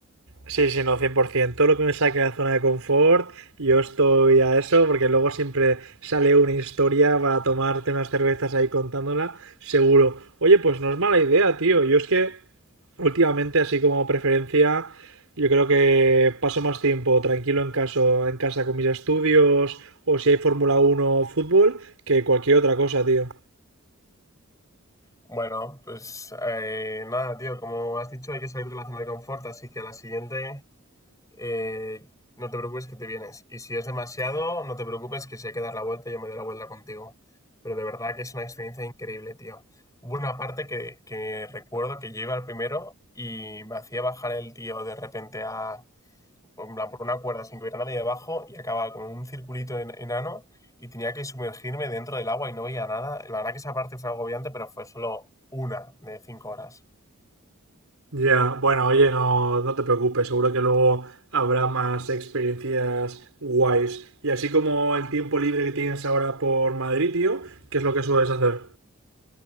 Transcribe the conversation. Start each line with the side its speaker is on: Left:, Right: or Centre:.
Right: Sí, sí, no, 100%. Todo lo que me saque de la zona de confort, yo estoy a eso, porque luego siempre sale una historia para tomarte unas cervezas ahí contándola, seguro. Oye, pues no es mala idea, tío. Yo es que últimamente, así como preferencia, yo creo que paso más tiempo tranquilo en, caso, en casa con mis estudios o si hay Fórmula uno, o fútbol que cualquier otra cosa, tío.
Left: Bueno, pues eh, nada, tío, como has dicho, hay que salir de la zona de confort, así que la siguiente eh, no te preocupes que te vienes. Y si es demasiado, no te preocupes que si hay que dar la vuelta, yo me doy la vuelta contigo. Pero de verdad que es una experiencia increíble, tío. Hubo una parte que, que recuerdo que yo iba al primero y me hacía bajar el tío de repente a, en plan, por una cuerda sin que hubiera nadie debajo y acababa con un circulito en- enano y tenía que sumergirme dentro del agua y no veía nada. La verdad que esa parte fue agobiante, pero fue solo una de cinco horas.
Right: Ya, bueno, oye, no, no te preocupes, seguro que luego habrá más experiencias guays. Y así como el tiempo libre que tienes ahora por Madrid, tío, ¿qué es lo que sueles hacer?